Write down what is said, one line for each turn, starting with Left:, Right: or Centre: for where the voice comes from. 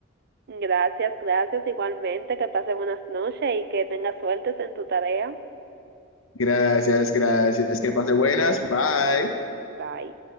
Right: Gracias, gracias. Igualmente, que pase buenas noches y que tengas suertes en tu tarea.
Left: Gracias, gracias, que pase buenas, bye.
Right: Bye.